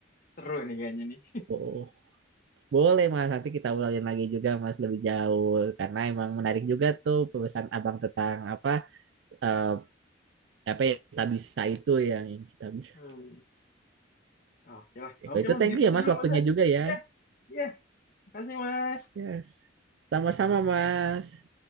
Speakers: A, on the left (about 50°); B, on the right (about 65°).
A: Seru nih kayaknya nih.
B: Betul. Boleh Mas, nanti kita ulangin lagi juga Mas lebih jauh karena emang menarik juga tuh pesan Abang tentang apa eh, apa yang kita bisa itu yang, yang kita bisa.
A: Hmm. Oke lah.
B: Oke,
A: Oke,
B: kalau itu
A: Mas,
B: thank
A: gitu
B: you ya
A: aja
B: Mas
A: dulu,
B: waktunya
A: Mas.
B: juga ya.
A: Ya. Ya, makasih, Mas.
B: Yes. Sama-sama Mas.